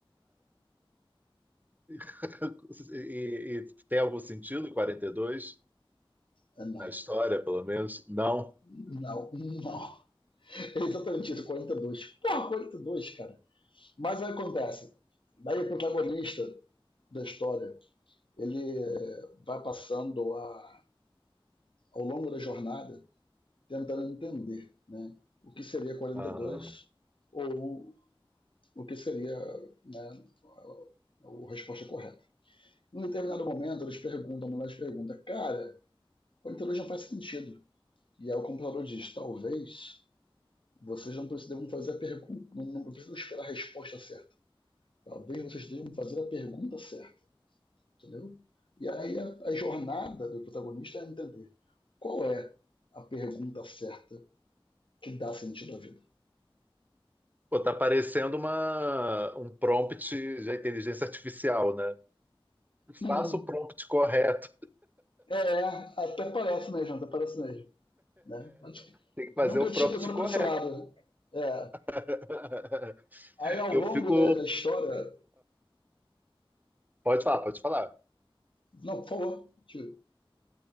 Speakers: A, on the right; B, on the left.
A: <laughs> E, e tem algum sentido 42
B: Ah, não,
A: na história, pelo menos? Não.
B: não, não. É exatamente isso, 42. Porra, 42, cara. Mas aí acontece. Daí o protagonista da história, ele eh, vai passando a, ao longo da jornada tentando entender né, o que seria 42
A: Aham.
B: ou o que seria né, a, a resposta correta. Em um determinado momento, eles perguntam, a mulher pergunta, cara, 42 não faz sentido. E aí o computador diz, talvez vocês não devam fazer a pergunta, não, não precisam esperar a resposta certa. Talvez vocês devam fazer a pergunta certa, entendeu? E aí a, a jornada do protagonista é entender qual é a pergunta certa que dá sentido à vida.
A: Pô, tá parecendo uma, um prompt de inteligência artificial, né? Faça
B: Hum,
A: o prompt correto.
B: É, até parece mesmo, até parece mesmo. Né? Mas, tipo,
A: Tem que fazer
B: nunca
A: o prompt
B: tinha pensado
A: correto.
B: por esse lado. É.
A: <laughs>
B: Aí ao
A: Eu
B: longo
A: fico.
B: da, da história.
A: Pode falar, pode falar.
B: Não, por favor. Tio.